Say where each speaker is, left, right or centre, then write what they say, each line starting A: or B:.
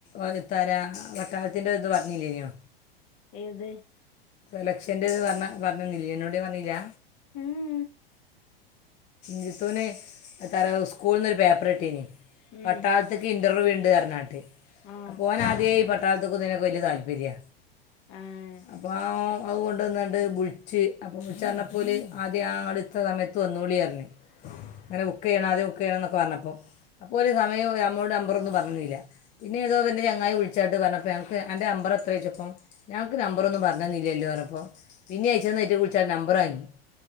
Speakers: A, on the left; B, on the left.
A: ഒരു തരാ പട്ടാളത്തിന്റെ ഇത് പറഞ്ഞില്ലേയ് നേ
B: ഏത്
A: സെലക്ഷ്യൻ്ന്റെത് പർഞ പറഞ്ഞന്ന്ല്ല്യെന്നോട് പർഞീല്ല്യ
B: ഏഹ്
A: ജിത്തുന് എത്താ പറിയാ സ്കൂള്ന്നൊര് പേപ്പറിട്ടീനി
B: ഉം
A: പട്ടാളത്ത്ക്ക് ഇൻറർവ്യൂ ഉണ്ട് പർഞാട്ട്
B: ആഹ്
A: ഓനാദ്യേ ഈ പട്ടാളത്കും ഇതിനൊക്കെ വല്യ താൽപ താല്പര്യ
B: ആഹ്
A: അപ്പെ അത് കൊണ്ടന്നാണ്ട് ബുള്ച്ച് അപ്പൊ വിളിച്ച് പർഞപ്പോ ഓല് ആദ്യ ആ ഇങ്ങട് ഇത്ര സമയ ന്നൊളി പർഞ് ഇങ്ങനെ ബുക്കെയ്യണം ആദ്യം ബുക്കെയ്യണം എന്നൊക്കെ പർഞപ്പോ സമയം ഞമ്മോട് നമ്പറൊന്നും പർഞന്നീല്ല പിന്നേ ഏതോ ഇവന്റെ ചെങ്ങായി വിളിച്ചാട്ട് പറഞ്ഞപ്പ അന്റെ നമ്പർ എത്രയ ചോയ്ച്ചപ്പം ഞങ്ങക്ക് നമ്പറൊന്നും പർഞ്ഞെന്നീല്ല്യല്ലോ പർഞ്ഞപ്പോ പിന്നിം അയച്ചെന്ന് ഐറ്റങ്ങൾക്ക് വിളിച്ചാണ്ട് നമ്പറാങ്ങി